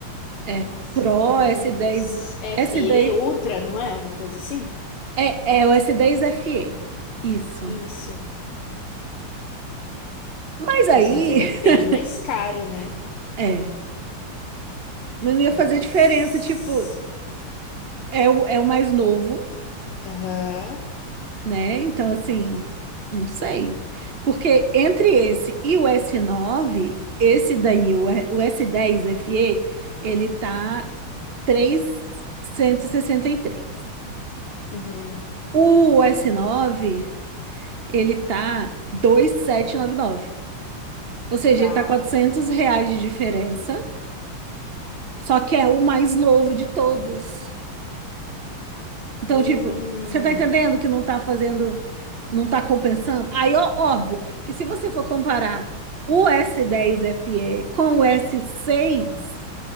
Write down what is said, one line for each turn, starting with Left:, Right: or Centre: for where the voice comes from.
Right: é
Left: S10.
Right: Pro, S10.
Left: FE,
Right: S10.
Left: Ultra, não é? Alguma coisa assim?
Right: É, é o S10 FE. Isso.
Left: Isso.
Right: Mas aí.
Left: Nossa, mas ele é bem
Right: <laughs>
Left: mais caro, né?
Right: É. Mas não ia
Left: Nossa.
Right: fazer diferença. Tipo, é o, é o mais novo,
Left: Aham.
Right: né? Então, assim. Não sei. Porque entre esse e o S9, esse daí, o, o S10 FE, ele tá três cento e e sessenta e três.
Left: Uhum.
Right: O s nove ele tá dois mil setecentos e noventa e nove, Ou seja,
Left: Tá.
Right: ele tá 400 reais de diferença, só que é o mais novo de todos. Então,
Left: Hum.
Right: tipo, você tá entendendo que não tá fazendo, não tá compensando? Aí, ó, óbvio, que se você for comparar o S10 FE com o s seis,